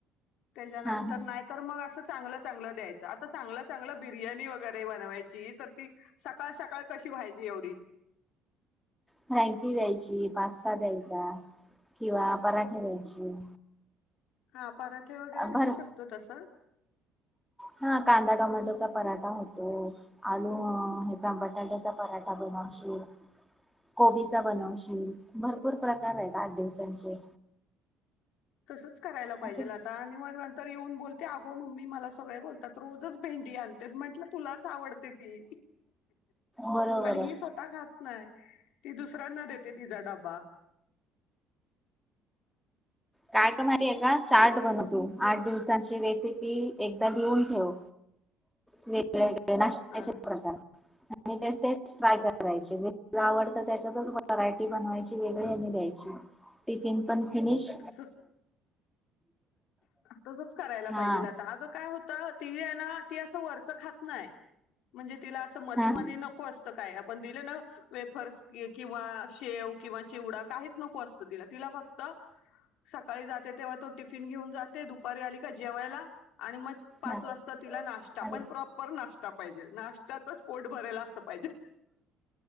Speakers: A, on the left (about 75°); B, in the centre.
A: त्याच्यानंतर
B: हा हा
A: नाय तर मग असं चांगलं चांगलं द्यायचं, आता चांगलं चांगलं बिर्याणी वगैरे बनवायची तर ती सकाळ सकाळ कशी व्हायची एवढी.
B: फ्रँकी द्यायची, पास्ता द्यायचा किंवा पराठे द्यायची.
A: हां पराठे वगैरे
B: भर
A: देऊ शकतो तसं.
B: हा कांदा टोमॅटोचा पराठा होतो. आलू ह्याचा बटाट्याचा पराठा बनवशील, कोबी चा बनवशील, भरपूर प्रकार आहेत आठ दिवसांचे.
A: तसच करायला पाहिजेल
B: असं
A: आता, आणि मग नंतर येऊन बोल ते अगो मम्मी मला सगळे बोलतात, रोजच भेंडी आणतेस, म्हटलं तुलाच आवडते ती,
B: बरोबर
A: आणि
B: आहे
A: हि स्वः. ता खात नाही, ती दुसऱ्यांना देते तिचा डबा.
B: काय कर माहितीय का, चार्ट बनव तू, आठ दिवसांची रेसिपी एकदा लिहून ठेव. वेगळे वेगळे्या नाश्याचे
A: हा
B: प्रकार. आणि ते तेच ट्राय करायचे, जे तुला आवडतं त्याच्यातच व्हरायटी बनवायची ची वेगळी आणि द्यायची, टिफीन पण फिनीश
A: तसंच, तसंच करायला
B: हा
A: पाहिजेल आता, अगं काय होतं ती आहे ना, ती असं वरचं खात नाही, म्हणजे तिला असं मधी
B: हा
A: मधी नको अस त काय, आपण दिलं ना वेफर्स किंवा शेव किंवा चिवडा, काहीच नको असतं तिला, तिला फक्त सकाळी जाते तेव्हा तो टिफिन घेऊन जाते, दुपारी आली का जेवायला आणि मग पाच
B: हा
A: वाजता तिला नाश्ता
B: अरे
A: पण प्रॉपर नाश्ता पायजे, नाश्त्याचच पोट भरायला असं पायजे.